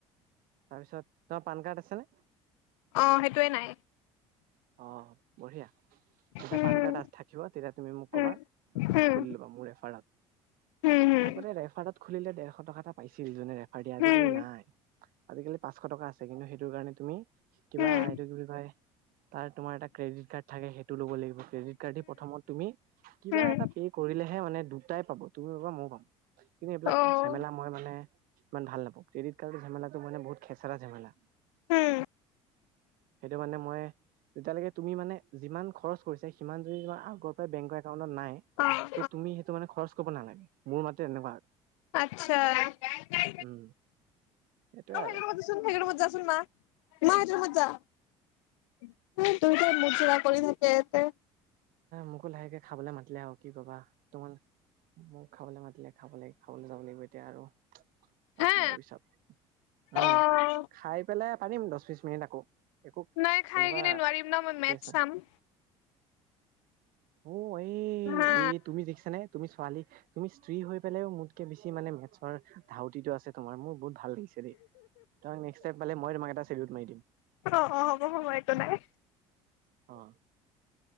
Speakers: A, on the right; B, on the left.
A: তাৰপিছত তোমাৰ পান কাৰ্ড আছে নে?
B: অ সেইটোয়ে নাই
A: অ বঢ়িয়া। তেতিয়া
B: উম।
A: পান কাৰ্ড আ থাকিব তেতিয়া তুমি মোক কবা
B: উম, উম,
A: খুলি ল'বা মোৰ এৰেফাৰত।
B: উম,
A: আগতে ৰেফাৰত খুলিলে ডেৰশ টকা এটা পাইছিল যোনে ৰেফাৰিয় আজিকালি
B: উম,
A: নাই। আজিকালি পাঁচশ টকা আছে কিন্তু সেইটো কাৰণে তুমি কিবা
B: উম, উম,
A: এইটো কি বুলি কয় তাৰ তোমাৰ এটা ক্ৰেডিট কাৰ্ড থাকে সেইটো ল'ব লাগিব, ক্ৰেডিট কাৰ্ড দি প্ৰথম তুমি কিবা
B: উম।
A: এটা পে কৰিলে এ মানে দুটাই পাব তুমি পাবা মই পাব কিন্তু এইবিলাক
B: অ',
A: ঝেমেলা মই মানে ইমান ভাল নাপওঁ, ক্ৰেডিট কাৰ্ডৰ ঝেমেলটো মানে বহুত খেচৰা ঝেমেলা।
B: উম,
A: সেইটো মানে মই যেতিয়ালৈকে তুমি মানে যিমান খৰচ কৰিছা সিমান যদি তাৰ আগৰাই বেংকৰ একাউণ্টত নাই
B: অ', অ',
A: ত তুমি সেইটো মানে খৰচ কব নালাগে, মোৰ মতে এনেকুৱা।
B: আচ্ছা সেইটো
A: উম সেইটোয়ে আৰু
B: ৰোমত যাচোন, সেইটো ৰোমত যাচোন, মা সেইটো যা টা অ দুটাই মুযুৰা কৰি থাকে ইয়াতে।
A: মোকো লাহেকে খাবলৈ মাতিলে আও। কি কবা তোমাৰ মোক খাবলৈ মাতিলে খাব লাগে খাবলৈ যাব লাগিব এতিয়া আৰু। পাঁচ
B: হা
A: মিনিটৰ পিছত, উম
B: অ'
A: খাই পেলাই পাৰিম দহ, বিশ মিনিট আকৌ। একো
B: নাই
A: তেনেকুৱা
B: খাই কিনে নোৱাৰিম ন মই
A: কেছ
B: মেথছ
A: নাই
B: চাম।
A: অ এই
B: হা
A: এই তুমি দেখিছানে নে তুমি ছোৱালী তুমি স্ত্ৰী হৈ পেলাইও মোতকে বেছি মানে মেথছৰ ধাউতিটো আছে তোমাৰ, মোৰ বহুত ভাল লাগিছে দেই, তোমাক নেক্স টাই পালে মই তোমাক এটা চেলউত মাৰি দিম।
B: অ' অ' হ'ব হ'ব একো নাই
A: অ-